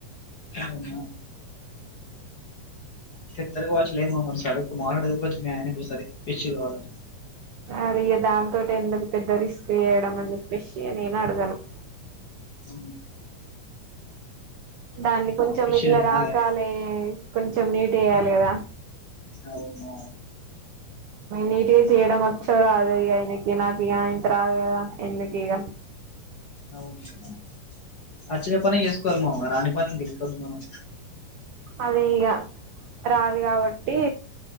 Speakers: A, on the left; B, on the right.
A: అవును తెత్తర్ కావచ్చులే మామ సడక్ <unintelligible> చెపొచ్చు మీ ఆయన ఒకసారి ఫిష్ కావాలని
B: అరి దానితోటి ఎందుకు పెద్ద రిస్క్ చేయడం అని చెప్పేసి నేను అడగాను.
A: అ
B: దాన్ని కొంచెం
A: ఫిష్
B: ఇట్లా
A: తినాలే
B: రాకాలే కొంచెం నీట్ చేయాలి. కదా
A: అవును
B: నీటిగా చేయడం వచ్చో రాదో ఆయనకి నాక్ ఇగా అయింత రాదు కదా ఎందుకు ఇగ
A: అవునా వచ్చిన పని చేసుకోవాలి మామ రాని పని గెల్ కోద్దు మనం
B: అదే ఇగ రాదు కాబట్టి